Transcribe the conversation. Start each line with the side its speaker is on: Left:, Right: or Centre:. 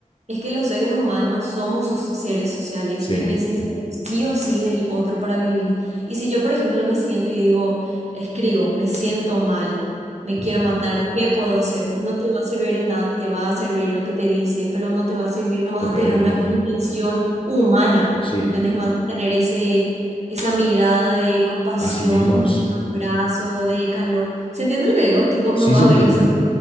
Right: es que los seres humanos somos so- seres sociales
Left: sí,
Right: y necesitamos sí o sí del otro para vivir. Y si yo, por ejemplo, me siento y digo, escribo, me siento mal, me
Left: <laughs>
Right: quiero matar, ¿qué puedo hacer? No te va a servir de nada, te va a servir lo que te dice, pero no te va a servir, no vas
Left: correcto,
Right: a tener una contención humana,
Left: sí.
Right: ¿entendés? No vas a tener ese, esa mirada de compasión,
Left: Así mismo
Right: de
Left: es.
Right: abrazo, de calor. ¿Se entiende lo que digo? Tipo,
Left: Sí
Right: no va
Left: se
Right: a haber
Left: entiende.
Right: ese...